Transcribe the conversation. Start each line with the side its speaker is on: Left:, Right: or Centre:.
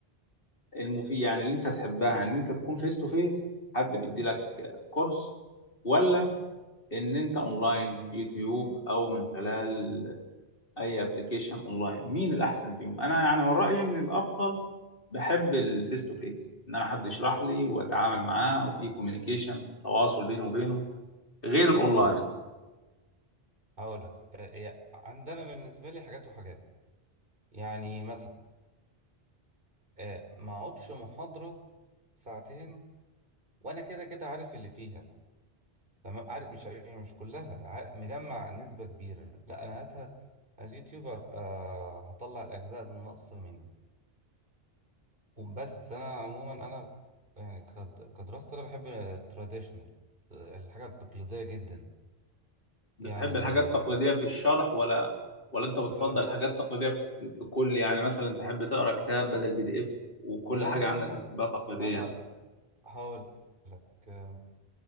Left: المفيد يعني اللي انت تحبها ان انت تكون فيس تو فيس حد بيدي لك كورس ولا ان انت اونلاين يوتيوب او من خلال اي ابلكيشن اونلاين مين الاحسن فيهم انا يعني من رايي ان الافضل بحب الفيس تو فيس ان انا حد يشرح لي واتعامل معاه وفي كوميونيكيشن تواصل بينه وبينه غير الاونلاين
Right: هقول لك هقول لك آه، يا- عندنا بالنسبة لي حاجات وحاجات يعني مثلا آه، ما اقعدش محاضرة ساعتين وانا كده كده عارف اللي فيها تمام عارف مش عارف يعني مش كلها عارف مجمع نسبة كبيرة لا أنا هاتها على اليوتيوب هبقى آه، هطلع الأجزاء اللي ناقصة مني بس أنا عموما أنا يعني كد- كدراسة أنا بحب التراديشنال الحاجة التقليدية جدا
Left: بتحب
Right: يعني
Left: الحاجات التقليديه في الشرح ولا ولا انت بتفضل
Right: ف... ف...
Left: الحاجات التقليديه في في كل يعني مثلا تحب تقرا كتاب بدل بي دي اف وكل
Right: لا
Left: حاجه
Right: لا
Left: عندك
Right: لا
Left: بتحبها تقليديه
Right: أنا هقول لك آم،